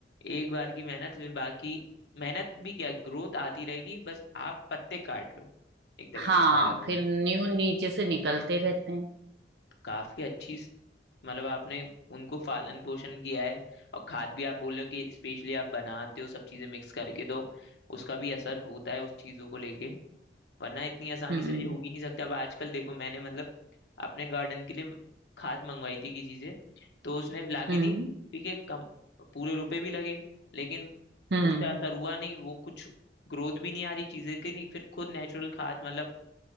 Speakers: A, on the left; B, on the right.
A: एक बार की मेहनत फिर बाकी मेहनत भी क्या ग्रोथ आती रहेगी बस आप पत्ते काट लो एक तरीके
B: हाँ
A: से पालक में
B: फिर न्यू नीचे से निकलते रहते हैं
A: काफी अच्छी स- मतलब आपने उनको पालन पोषण किया है और खाद भी आप बोल रहे हो कि स्पेशली आप बनाते हो सब चीजें मिक्स करके तो उसका भी असर होता है उस चीजों को लेके वरना इतनी आसानी
B: हम्म
A: से ये उग ही नहीं सकता अब आजकल देखो मैंने मतलब अपने गार्डन के लिए खाद मंगवाई थी किसी से तो उसने लाके
B: हम्म
A: दी ठीक है कम पूरे रुपए भी लगे लेकिन
B: हम्म
A: उससे असर हुआ नहीं वो कुछ ग्रोथ भी नहीं आ रही चीजें की नहीं फिर खुद नेचुरल खाद मतलब